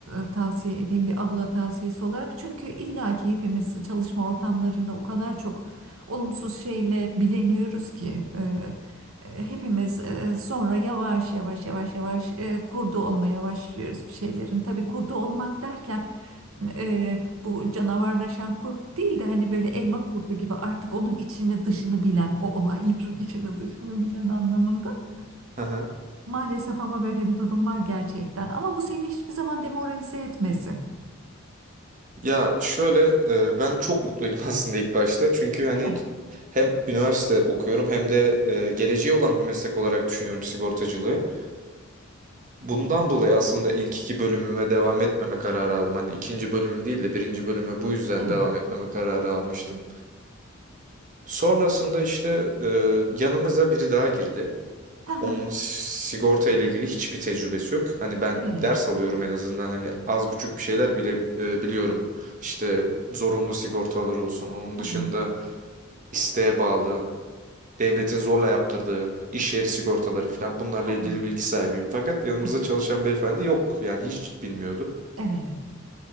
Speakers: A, on the right; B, on the right.
A: e, e, tavsiye edeyim bir abla tavsiyesi olarak. Çünkü illaki hepimiz çalışma ortamlarında o kadar çok olumsuz şeyle bileniyoruz ki e, e, hepimiz e, sonra yavaş yavaş yavaş yavaş e, kurdu olmaya başlıyoruz bir şeylerin. Tabii kurdu olmak derken e, bu canavarlaşan kurt değil de hani böyle elma kurdu gibi artık onun içini dışını bilen o olayların <laughs> içini dışını bilen anlamında.
B: <laughs> Aha.
A: Maalesef ama böyle bir durum var gerçekten. Ama bu seni hiçbir zaman demoralize etmesin.
B: Ya şöyle e, ben çok mutluydum <laughs> aslında ilk başta. Çünkü hani
A: Evet,
B: hem üniversite okuyorum hem de e, geleceği olan bir meslek olarak düşünüyorum sigortacılığı. Bundan dolayı aslında ilk iki bölümüme devam etmeme kararı aldım. Hani ikinci bölümüm değil de birinci bölüme bu yüzden
A: evet.
B: devam etmeme kararı almıştım. Sonrasında işte e, yanımıza biri daha girdi.
A: Ha
B: Onun
A: ha,
B: sigorta ile ilgili hiçbir tecrübesi yok. Hani ben
A: evet.
B: ders alıyorum en azından hani az buçuk bir şeyler bile e, biliyorum. İşte zorunlu sigortalar olsun. Onun
A: Ha
B: dışında
A: ha,
B: isteğe bağlı devletin zorla yaptırdığı iş yeri sigortaları falan bunlarla
A: ha.
B: ilgili bilgi sahibiyim. Fakat yanımızda
A: Tabii.
B: çalışan beyefendi yok yani hiç bilmiyordu.
A: Evet.